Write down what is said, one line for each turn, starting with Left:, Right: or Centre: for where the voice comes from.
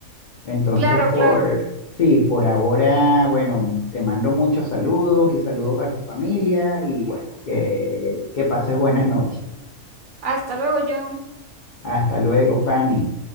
Left: Entonces,
Right: Claro,
Left: por,
Right: claro.
Left: sí, por ahora, bueno, te mando muchos saludos y saludos a tu familia y bueno, que, que pases buenas noches.
Right: Hasta luego, John.
Left: Hasta luego, Fanny.